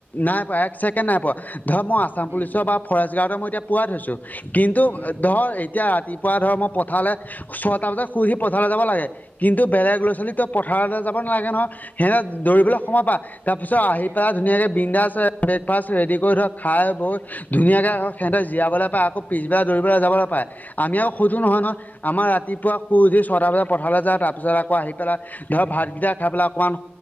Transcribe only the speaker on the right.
উম
উম
নালাগে
সিহঁতে